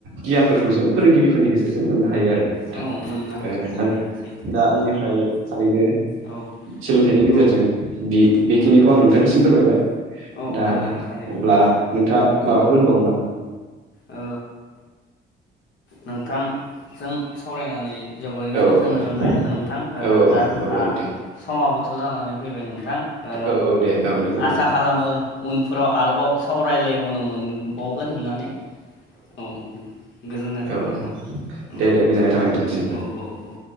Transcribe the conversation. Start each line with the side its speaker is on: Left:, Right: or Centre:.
Right: गियानफोरखौ जों फोरोंगिरिफोरनि गेजेरजों मोननो हायो आरो। नोंथां
Left: औ मोननो हायो
Right: ओ नोंथां
Left: थारैनो सैथो
Right: दा आंनिफ्राय थारैनो
Left: औ
Right: सोलोंथाइनि गेजेरजों
Left: औ
Right: बि-बि खिनिखौ आं नोंथांनिसिम फोरमायबाय
Left: औ
Right: दा
Left: औ थारैनो
Right: अब्ला नोंथाङा माबा फोर होनबावगोन नामा?
Left: ओ नोंथां जों सावरायनानै जोबोरैनो
Right: औ
Left: गोजोननाय
Right: औ
Left: मोनबाय ओ नोंथां
Right: औ औ
Left: दा जोंहा
Right: औ औ नोंथां
Left: समाबोथ' जानानै फैबाय नोंथां ओ
Right: औ औ दे औ नंगौ
Left: आसा
Right: नंगौ
Left: खालामो उनफोराव आरोबाव सावरायलायबावनो मोन बावगोन होननानै औ गोजोननाय थाबाय
Right: औ औ
Left: नोंथां औ
Right: दे दे गोजोननाय थाबाय नोंथांनिसिमबो।
Left: औ औ औ